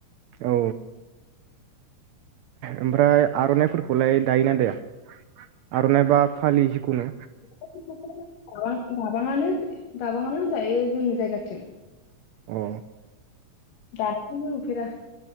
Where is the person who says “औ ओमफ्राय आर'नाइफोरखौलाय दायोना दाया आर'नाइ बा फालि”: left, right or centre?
Right